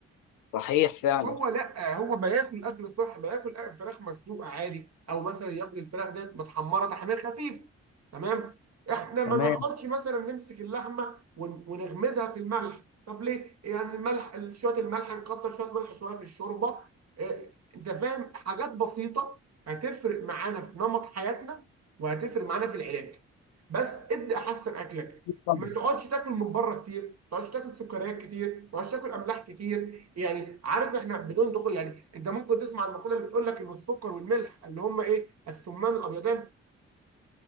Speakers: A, on the left; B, on the right.
A: صحيح فعلا
B: هو لا هو ما ياكل اكل صح ما ياكل أكل فراخ مسلوقه عادي او مثلا ياكل الفراخ ديت متحمره تحمير خفيف تمام احنا
A: تمام
B: ما نقعدش مثلا نمسك اللحمه ون- ونغمزها في الملح طب ليه يعني الملح شويه الملح نكتر شويه ملح شويه في الشوربه اه انت فاهم حاجات بسيطه هتفرق معانا في نمط حياتنا وهتفرق معانا في العلاج بس ابدا احسن اكلك
A: طبعا
B: ما تقعدش تاكل من بره كتير ما تقعدش تاكل سكريات كتير ما تقعدش تاكل املاح كتير يعني عارف احنا بدون دخول يعني انت ممكن تسمع المقوله اللي بتقول لك ان السكر والملح اللي هم ايه السمان الابيضان